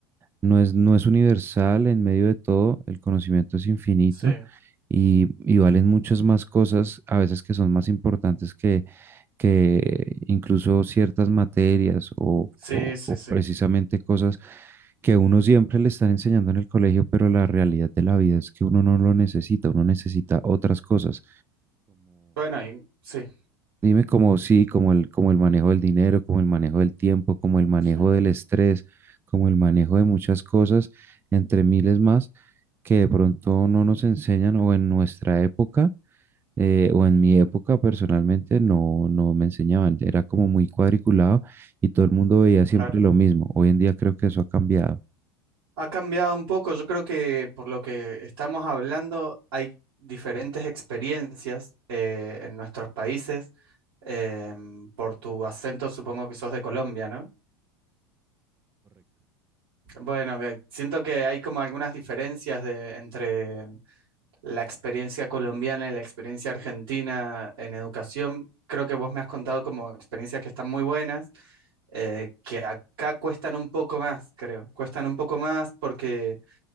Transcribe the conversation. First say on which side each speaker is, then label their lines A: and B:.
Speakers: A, on the right; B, on the right.
A: no es, no es universal en medio de todo, el conocimiento es infinito
B: sí,
A: y, y valen muchas más cosas, a veces que son más importantes que, que incluso ciertas materias o,
B: sí,
A: o-
B: sí,
A: o
B: sí.
A: precisamente cosas que uno siempre le están enseñando en el colegio, pero la realidad de la vida es que uno no lo necesita, uno necesita otras cosas
B: Bueno, y- sí,
A: Dime como sí, como el, como el manejo del dinero, como el manejo del tiempo, como el manejo
B: sí,
A: del estrés, como el manejo de muchas cosas, entre miles más, que de pronto no nos enseñan o en nuestra época, eh, o en mi época personalmente, no, no me enseñaban. Era como muy cuadriculado y todo el mundo veía siempre
B: claro.
A: lo mismo. Hoy en día creo que eso ha cambiado.
B: Ha cambiado un poco, yo creo que por lo que estamos hablando hay diferentes experiencias eh, en nuestros países. Em, por tu acento supongo que sos de Colombia, ¿no? Bueno, que siento que hay como algunas diferencias de, entre la experiencia colombiana y la experiencia argentina en educación. Creo que vos me has contado como experiencias que están muy buenas, eh, que acá cuestan un poco más, creo. Cuestan un poco más porque